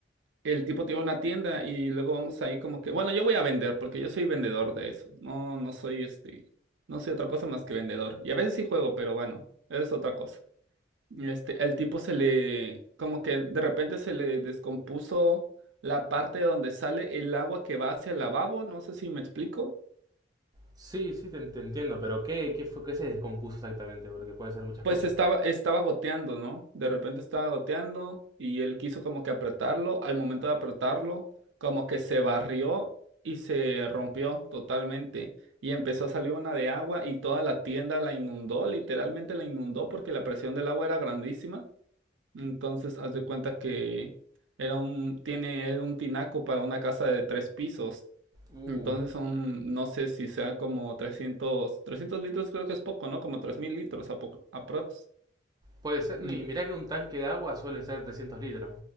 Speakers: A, on the right (about 80°); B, on the right (about 20°).
A: El tipo tiene una tienda y luego vamos ahí como que, bueno, yo voy a vender porque yo soy vendedor de eso. No, no soy este, no soy otra cosa más que vendedor. Y a veces sí juego, pero bueno, es otra cosa. Este, el tipo se le, como que de repente se le descompuso la parte donde sale el agua que va hacia el lavabo, no sé si me explico.
B: Sí, sí, te, te entiendo, pero ¿qué, qué, fue, ¿qué se descompuso exactamente? Porque puede ser muchas
A: Pues
B: cosas.
A: estaba, estaba goteando, ¿no? De repente estaba goteando y él quiso como que apretarlo. Al momento de apretarlo, como que se barrió y se rompió totalmente. Y empezó a salir una de agua y toda la tienda la inundó, literalmente la inundó porque la presión del agua era grandísima. Entonces, haz de cuenta que era un, tiene él un tinaco para una casa de tres pisos.
B: Uh,
A: Entonces son, no sé si sea como trescientos 300 litros creo que es poco, ¿no? Como 3.000 litros a poco- aprox.
B: puede ser. Ni
A: Mm,
B: mirá que un tanque de agua suele ser 300 litros.